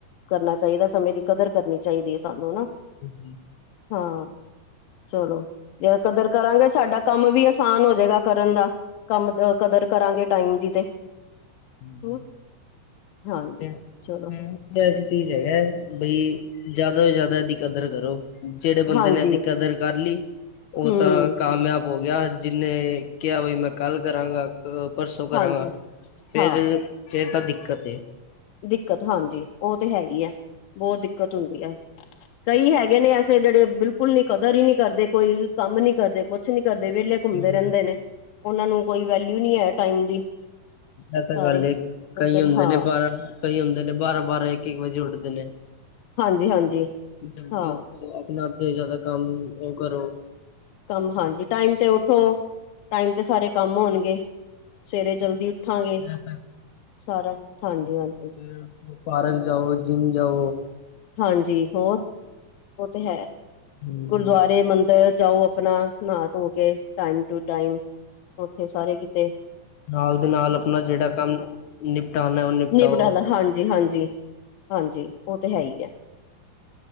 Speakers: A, on the left; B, on the left.
A: ਕਰਨਾ ਚਾਹੀਦਾ। ਸਮੇਂ ਦੀ ਕਦਰ ਕਰਨੀ ਚਾਹੀਦੀ ਐ ਸਾਨੂੰ ਹਨਾ।
B: <unintelligible>
A: ਹਾਂ, ਚਲੋ ਜੇ ਕਦਰ ਕਰਾਂਗੇ ਸਾਡਾ ਕੰਮ ਵੀ ਆਸਾਨ ਹੋ ਜਾਏਗਾ ਕਰਨ ਦਾ, ਕੰਮ ਕਦਰ ਕਰਾਂਗੇ ਟਾਈਮ ਦੀ ਤੇ
B: ਹਾਜੀ
A: ਹਨਾ। ਹਾਂਜੀ
B: ਤੇ
A: ਚਲੋ
B: ਫੇ ਵੈਸੇ ਤਾਂ ਹੈਗਾ ਬਈ ਜ਼ਿਆਦਾ ਤੋਂ ਜ਼ਿਆਦਾ ਇਹਦੀ ਕਦਰ ਕਰੋ। ਜਿਹੜੇ ਬੰਦੇ
A: ਹਾਂਜੀ
B: ਨੇ ਅਦੀ ਕਦਰ ਕਰ ਲਈ, ਉਹ
A: ਹਮ
B: ਤਾਂ ਕਾਮਯਾਬ ਹੋ ਗਿਆ। ਜਿੰਨੇ ਕਿਹਾ ਬਈ ਮੈਂ ਕੱਲ ਕਰਾਂਗਾ, ਪਰਸੋਂ ਕਰਾਂਗਾ
A: ਹਾਂਜੀ
B: ਫੇਰ
A: ਹਾਂ
B: ਫੇਰ ਤਾਂ ਦਿੱਕਤ ਏ।
A: ਦਿੱਕਤ ਹਾਂਜੀ, ਉਹ ਤੇ ਹੈ ਇ ਐ ਬੋਤ ਦਿੱਕਤ ਹੁੰਦੀ ਐ। ਕਈ ਹੈਗੇ ਨੇ ਐਸੇ ਜਿਹੜੇ ਬਿਲਕੁਲ ਨੀ ਕਦਰ ਹੀ ਨਹੀਂ ਕਰਦੇ, ਕੋਈ ਕੰਮ ਨੀ ਕਰਦੇ, ਕੁਛ ਨੀ ਕਰਦੇ ਵਿਹਲੇ
B: ਹੂੰ,
A: ਘੁੰਮਦੇ ਰਹਿੰਦੇ ਨੇ, ਉਹਨਾਂ ਨੂੰ ਕੋਈ ਵੈਲਿਊ ਨੀ ਹੈ ਟਾਈਮ ਦੀ।
B: ਐਸ
A: ਸਾਰੇ
B: ਗੱਲ
A: ਇਧਰ
B: ਏ, ਕਈ
A: ਉਧਰ
B: ਹੁੰਦੇ
A: ਹਾਂ
B: ਨੇ ਬਾਰਾਂ ਕਈ ਹੁੰਦੇ ਨੇ ਬਾਰਾਂ-ਬਾਰਾਂ, ਇੱਕ-ਇੱਕ ਵਜੇ ਉੱਠਦੇ ਨੇ।
A: ਹਾਂਜੀ ਹਾਂਜੀ
B: ਜਲਦੀ
A: ਹਾਂ
B: ਆਪਣਾ ਅੱਧੇ ਤੋਂ ਜ਼ਿਆਦਾ ਕੰਮ, ਉਹ ਕਰੋ।
A: ਕੰਮ ਹਾਂਜੀ, ਟਾਈਮ ਤੇ ਉੱਠੋ। ਟਾਈਮ ਤੇ ਸਾਰੇ ਕੰਮ ਹੋਣਗੇ, ਸਵੇਰੇ ਜਲਦੀ ਉਠਾਂਗੇ
B: ਇਹ
A: ਸਾਰਾ ਹਾਂਜੀ-ਹਾਂਜੀ।
B: ਸਵੇਰੇ ਉੱਠੋ, ਪਾਰਕ ਜਾਓ, ਜਿੰਮ ਜਾਓ।
A: ਹਾਂਜੀ, ਹੋਰ ਉਹ ਤੇ ਹੈ
B: ਹਮ
A: ਗੁਰਦੁਆਰੇ, ਮੰਦਿਰ ਜਾਓ। ਆਪਣਾ ਨਹਾ ਧੋ ਕੇ ਟਾਈਮ ਟੂ ਟਾਈਮ ਉਥੇ ਸਾਰੇ ਕਿਤੇ।
B: ਨਾਲ ਦੇ ਨਾਲ ਆਪਣਾ ਜਿਹੜਾ ਕੰਮ ਨਿਪਟਾਨਾ ਉਹ ਨਿਪਟਾਓ
A: ਨਬੜਾਦਾ ਹਾਂਜੀ-ਹਾਂਜੀ। ਹਾਂਜੀ, ਉਹ ਤੇ ਹੈ ਹੀ ਐ।